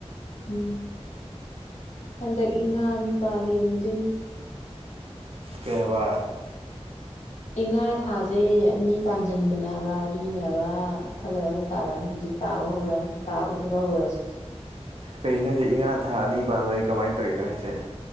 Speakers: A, on the left (about 90°); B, on the right (about 60°).
A: ꯎꯝ ꯍꯟꯗꯛ ꯏꯉꯥ ꯑꯅꯤ ꯄꯥꯂꯦꯅꯤ ꯑꯗꯨꯏꯅꯤ
B: ꯀꯩꯍꯥꯏꯕ
A: ꯏꯉꯥ ꯊꯥꯖꯦ ꯑꯅꯤ ꯄꯥꯟꯁꯤꯟꯕꯅꯦ ꯍꯥꯏꯕ ꯑꯗꯨꯏꯅꯦꯕ ꯈꯔ ꯂꯩꯔ ꯑꯃꯨꯛ ꯇꯥꯔꯛꯑꯅꯤ ꯍꯧꯖꯤꯛ ꯇꯥꯕ ꯍꯧꯔꯛꯑꯅꯤ ꯇꯥꯕ ꯍꯧꯕ ꯍꯧꯔꯛꯑꯁꯤꯗꯤ
B: ꯀꯩꯅꯣ ꯍꯥꯏꯁꯦ ꯏꯉꯥ ꯊꯥ ꯑꯅꯤ ꯄꯥꯟꯕꯥꯏꯁꯦ ꯀꯃꯥꯏꯅ ꯇꯧꯔꯤꯅꯣ ꯍꯥꯏꯁꯦ